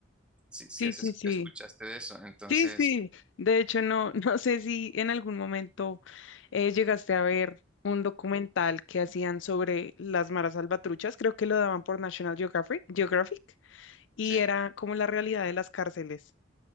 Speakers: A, in the centre; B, on the left.
A: Si, si
B: Sí,
A: es-
B: sí, sí.
A: escuchaste de eso, entonces
B: Sí, sí. De hecho, no, <laughs> no sé si en algún momento eh, llegaste a ver un documental que hacían sobre las maras salvatruchas, creo que lo daban por National Geographic, Geographic, y
A: sí.
B: era como la realidad de las cárceles.